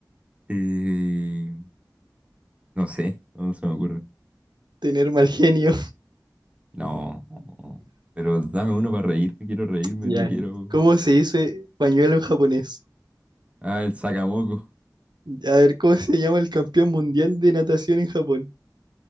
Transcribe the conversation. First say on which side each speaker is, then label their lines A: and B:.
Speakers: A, on the right; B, on the right.
A: Eh, no sé, no se me ocurre.
B: Tener mal genio. <laughs>
A: No, pero dame uno para reírme, quiero reírme,
B: Ya.
A: no quiero...
B: ¿Cómo se dice pañuelo en japonés?
A: Ah, el sacamoco.
B: A ver, ¿cómo se llama el campeón mundial de natación en Japón?